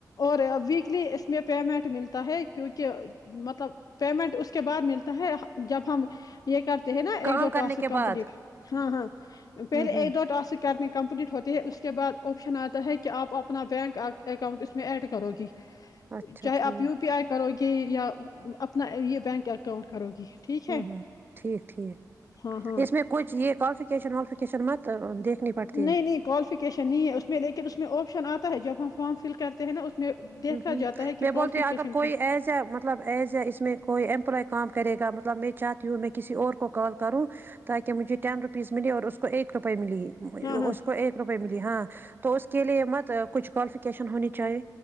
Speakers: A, on the left (about 60°); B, on the right (about 30°).
A: اور ویکلی اس م پیمنٹ ملتا ہے کیونکہ کہ مطلب پیمنٹ اس کے بعد ملتا ہے جب ہم یہ تو نا اکہ
B: کام
A: د
B: کرنے
A: اسک
B: کے
A: کمپلیٹ
B: بعد
A: ہاں ہاں پہلے
B: ہوں ہوں
A: اک د اسک کمپلیٹ ہوتی ہے اس کے بعد آپشن آتا ہے کہ آپ اپنا بینک اکاؤنٹ اس میں ایڈ کرو گی
B: اچھا
A: چاہے
B: ٹھیک
A: آپ یو پی آئی کرو گے کہ یا اپنا یہ بینک اکاؤنٹ کرو گی ٹھیک ہے
B: ہوں ہوں ٹھیک ٹھیک
A: ہاں ہاں
B: اس میں کچ یہ کالفکیشن والالفکیشن مت دیکھنی پڑتی
A: نہیں
B: ہے
A: نہیں کوالیفیکیشن نہیں ہے اس میں لیکن اس میں آپشن آتا ہے جب ہم فارم فل کرتے ہیں نا اس میں دیکھا
B: ہ ہوں
A: جاتا ہے کہ
B: میں
A: کوالیفیکیشن
B: بولتی ہ اگر کوئی
A: کے
B: ایز اے مطلب ایز اے اس میں کوئی ایمپلائی کام کرے گا مطلب میں چاہتی ہوں میں کسی اور کو کال کروں تاکہ مجھے ٹین روپیز ملے اور اسس کو ایک روپئے ملے
A: ہاں ہاں
B: اس کو ایک روپئے ملی ہاں تو اس کے لیے مت کچھ کوالفیش ہونی چاہیے